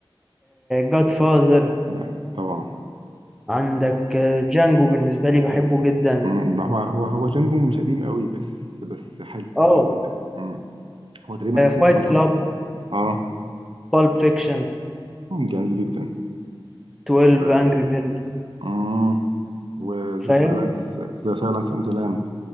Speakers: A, in the centre; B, on the right.
A: جاد فاذر
B: لا طبعا
A: عندك جانجو بالنسبة لي بحبه جدا
B: امم هو هو هو جانجو مش قديم قوي بس بس حلو
A: اه
B: حلو جدا امم هو تقريبا 2012
A: فايت كلاب
B: اه
A: بالب فيكشن
B: مم، جميل جدا
A: 12
B: و
A: انجري مان
B: امم وذا
A: فاهم
B: سايلنس ذا سايلنس اون ذا لام